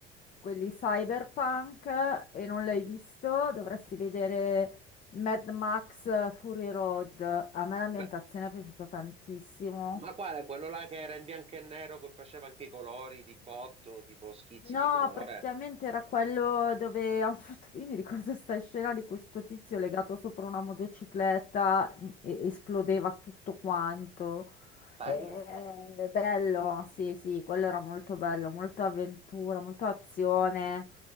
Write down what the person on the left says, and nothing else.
quelli cyberpunk e non l'hai visto, dovresti vedere Mad Max Fury Road. A me l'ambientazione
è piaciuta tantissimo.
No,
praticamente era quello dove <laughs> hanno fatto, io mi ricordo questa scena di questo tizio legato sopra una motocicletta mh, e esplodeva tutto quanto.
E- e- bello, sì, sì, quello era molto bello, molto avventura, molto azione,